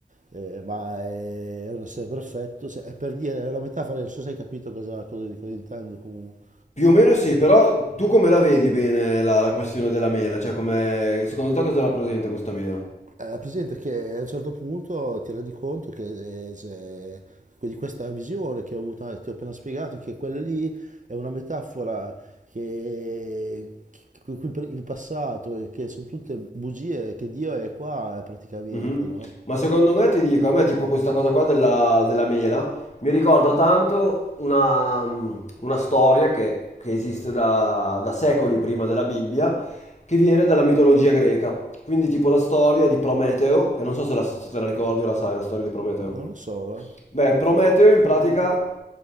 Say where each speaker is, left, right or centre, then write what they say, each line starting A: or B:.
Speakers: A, on the right; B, on the left.
A: eh, ma è, è un essere perfetto, se- è per dire, è una metafora, non so se hai capito cosa, cosa- cosa intendo comunque.
B: Più o meno sì, però tu come la vedi bene la, la questione della mela? Cioè, come, secondo te cosa rappresenta questa mela?
A: Eh, presente che a un certo punto ti rendi conto che eh, se- di questa visione che ho avuto, eh, ti ho appena spiegato, che quella lì è una metafora che, che- che- il passato e che sono tutte bugie, che Dio è qua eh, praticamente,
B: Mhm.
A: no?
B: Ma secondo me ti dico, a me tipo questa cosa qua della, della mela mi ricorda tanto una, mm, una storia che, che esiste da, da secoli prima della Bibbia, che viene dalla mitologia greca. Quindi tipo la storia di Prometeo, che non so se, la- se te la ricordi o la sai, la storia di Prometeo.
A: Non lo so, eh.
B: Beh, Prometeo in pratica